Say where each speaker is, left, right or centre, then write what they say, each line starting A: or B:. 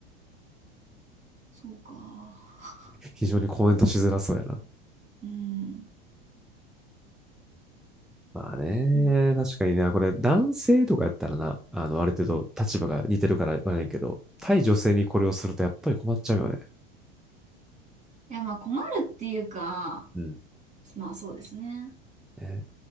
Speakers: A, on the right (about 20°); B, in the centre.
A: そうか。
B: 非常にコメントしづらそうやな。
A: うん。
B: まあね、
A: い
B: 確かにね、これ男性とかやったらな、あの、ある程度立場が似てるから言わねんけど、対女性にこれをするとやっぱり困っちゃうよね。
A: や、まあ困るっていうか、
B: うん。
A: まあそうですね。
B: ね